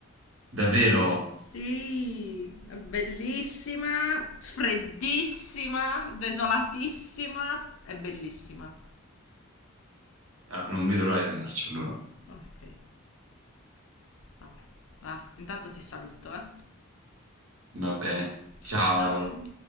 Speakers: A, on the right (about 60°); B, on the left (about 65°).
A: Davvero,
B: Sì, è bellissima. Freddissima, desolatissima. È bellissima.
A: Ah, non vedo l'ora di andarci allora.
B: Ok. Vabbè. Ah, intanto ti saluto, eh.
A: Va bene,
B: Ciao.
A: ciao
B: Ciao.
A: Laura.